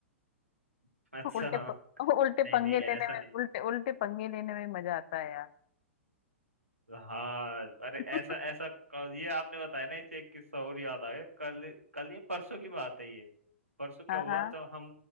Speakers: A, on the right; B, on the left.
A: <laughs> अच्छा
B: उल्टे
A: हाँ।
B: प, उल्टे
A: नहीं
B: पंगे
A: नहीं ऐसा
B: लेने में
A: नहीं
B: उल्टे उल्टे पंगे लेने में मजा आता है यार
A: हाँ अरे
B: <laughs>
A: ऐसा ऐसा क- ये आपने बताया ना इससे एक किस्सा और याद आ गया कल कल ये परसों की बात है ये परसों क्या
B: हाँ
A: हुआ
B: हाँ
A: जब हम